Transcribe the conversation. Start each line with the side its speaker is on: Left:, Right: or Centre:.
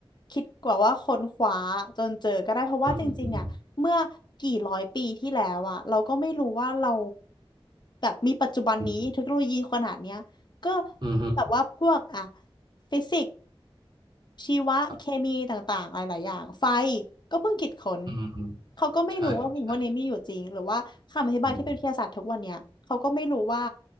Left: คิดกว่าว่าค้นคว้าจนเจอก็ได้เพราะว่าจริงๆอะเมื่อกี่ร้อยปีที่แล้วอะเราก็ไม่รู้ว่าเรา
Right: อืมอืม
Left: แบบมีปัจจุบันนี้เทคโนโลยีขนาดเนี้ยก็
Right: อืมอืมฮึ
Left: แบบว่าพวกอะฟิสิก ชีวะเคมีต่างๆอะไรหลายอย่างไฟ
Right: ครับ
Left: ก็เพิ่งคิดค้น
Right: อืมอืม
Left: เขาก็ไม่รู้ว่าสิ่งพวกนี้มีอยู่จริงหรือว่าคำอธิบายที่เป็นวิทยาศาสตร์ทุกวันเนี้ยเขาก็ไม่รู้ว่า
Right: ใช่ใช่อืม